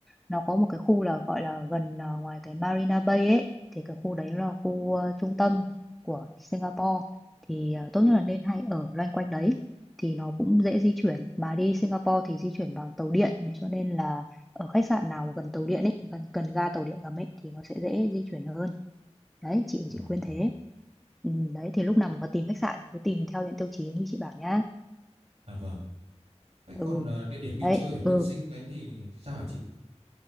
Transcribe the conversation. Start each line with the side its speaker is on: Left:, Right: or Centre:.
Centre: nó có một cái khu là gọi là gần ờ, ngoài cái Marina Bay ấy thì cái khu đấy là khu ờ, trung tâm của Singapore thì ờ, tốt nhất là nên hay ở loanh quanh đấy thì nó cũng dễ di chuyển mà đi Singapore thì di chuyển bằng tàu điện nên cho nên là ở khách sạn nào gần tàu điện ấy gần, gần ga tàu điện ngầm ấy thì nó sẽ dễ di chuyển hơn đấy chị chị
Right: À,
Centre: khuyên
Right: vâng.
Centre: thế ừ, đấy thì lúc nào mà tìm khách sạn thì cứ tìm theo những tiêu chí như chị bảo nhá
Right: À, vâng. Thế
Centre: ừ
Right: còn ờ, địa điểm đi
Centre: đấy
Right: chơi ở bên
Centre: ừ
Right: Sinh đấy thì, thì sao hả chị?